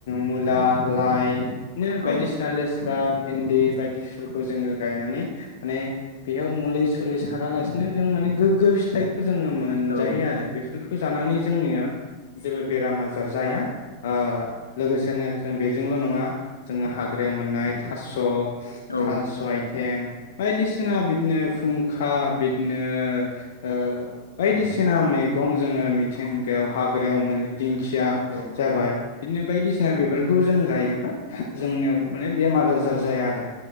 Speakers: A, on the left; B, on the left.
A: मुला लाय बिदिनो‌
B: औ
A: बायदिसिना लेस स्रा भेन्दि बायदिफोरखौ जोंङो गायनानै माने बेयाव मुलि सुलि सारालासिनो जों माने गोग्गो फिथाइ जोंङो मोनजायो
B: औ
A: आरो बे फोरखौ जानानै जोंनिया जेबो बेराम आजार जाया आ गोसेनो जों बेजोंल नंङा जोंङो हाग्रायाव मोननाय थास'
B: औ
A: थास' आइ थें बायदिसिना बिदिनो फुंखा बि नो ओ बायदिसिना मैगं जोंङो मिथिंगायाव हाग्रायाव मोनो दिंखिया
B: औ
A: जाबाय बिदनो बायदिसिना बेफोरखौ जों जायोबा जोंनियाव माने बेमार आजार जाया आरो